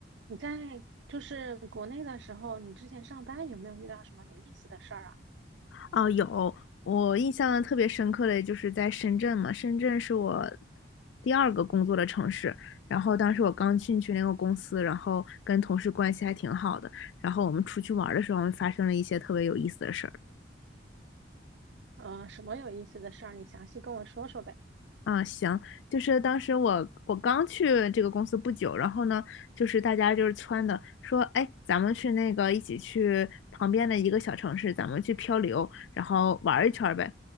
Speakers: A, on the right; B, on the left.
A: 你在就是国内的时候，你之前上班有没有遇到什么有意思的事儿啊？
B: 哦，有，我印象特别深刻的就是在深圳嘛，深圳是我第二个工作的城市。然后当时我刚进去那个公司，然后跟同事关系还挺好的。然后我们出去玩儿的时候，发生了一些特别有意思的事儿。
A: 嗯，什么有意思的事儿？你详细跟我说说呗。
B: 啊，行，就是当时我我刚去这个公司不久，然后呢，就是大家就是撺的说，哎，咱们去那个一起去旁边的一个小城市，咱们去漂流，然后玩儿一圈儿呗。